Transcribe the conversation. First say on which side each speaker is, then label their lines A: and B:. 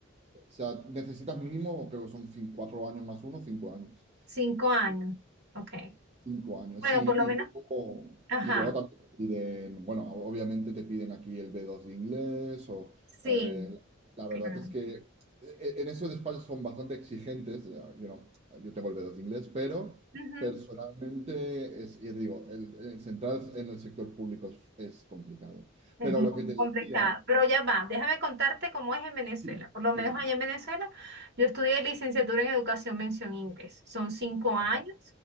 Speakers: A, on the right; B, on the right.
A: o sea, necesitas mínimo, creo que son cin- cuatro años más uno, cinco años.
B: Cinco años. Ok.
A: Cinco años,
B: Bueno,
A: sí,
B: por lo menos.
A: y luego,
B: Ajá.
A: y luego también te piden, bueno, obviamente te piden aquí el B2 de inglés o
B: Sí,
A: eh, la verdad
B: claro.
A: es que e- e- en esos despachos son bastante exigentes, eh, yo no, yo tengo el B2 de inglés, pero
B: Ujú.
A: personalmente, es, ya te digo, el, el centrar en el sector público es, es complicado.
B: Es
A: Pero
B: muy
A: lo que te
B: complicado,
A: decía,
B: pero ya va, déjame contarte cómo es en Venezuela.
A: sí,
B: Por lo menos
A: sí,
B: allá en Venezuela, yo estudié licenciatura en educación mención inglés. Son cinco años.
A: ajá,